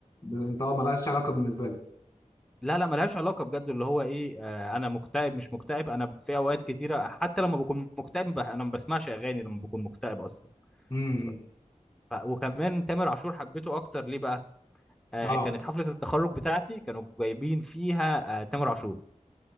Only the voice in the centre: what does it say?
لا لا ملهاش علاقه بجد اللي هو ايه آه انا مكتئب مش مكتئب انا في اوقات كتيره حتى لما بكون مكتئب ب... انا ما بسمعش اغاني لما بكون مكتئب اصلا
ف... ف... وكمان تامر عاشور حبيته اكتر ليه بقى آه
كانت حفله التخرج بتاعتي كانوا جايبين فيها آه تامر عاشور